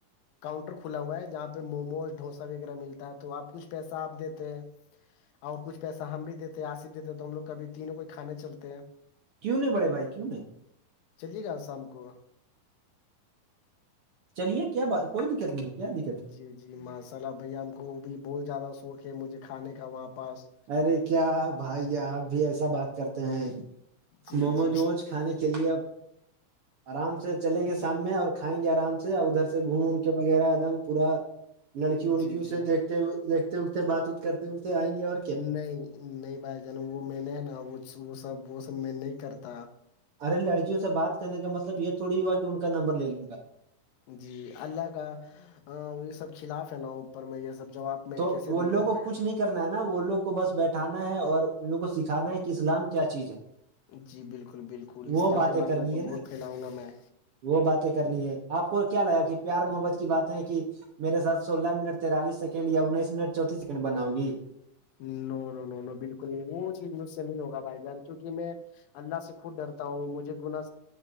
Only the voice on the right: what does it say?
کیوں نہیں بڑے بھائی کیوں نہیں
چلیے کیا بات کوئی دقت نہیں ہے کیا دقت ہے
ارے کیا بھائی آپ بھی ایسا بات کرتے ہیں
موموج
ووموج کھانے کے لیے اب
آرام سے چلیں گے شام میں اور کھائیں گے آرام سے ادھر سے گھوم ووم کے وغیرہ ایک دم پورا لڑکی اڑکیوں
سے دیکھتے دیکتے وھتے بات وات کرتے اٹھتے آئیں گے اور کیا
ارے لڑکیوں سے بات کرنے کا مطلب یہ تھوڑی ہوا کہ ان کا نمبر لے لوں گا
تو
وہ
لوگ
کو
کچھ نہیں کرنا ہے نا وہ لوگ کو بس بیٹھانا ہے اور ان لوگ کو سکھانا ہے کہ اسلام کیا چیز ہے
وہ باتیں
کرنی
ہے نا
وہ باتیں کرنی ہے آپ کو کیا لگا کہ پیار محبت کی باتیں ہے کہ میرے ساتھ سولہ منٹ تتالیس سیکنڈ یا انیس منٹ چوتتیس سیکنڈ بناؤ گی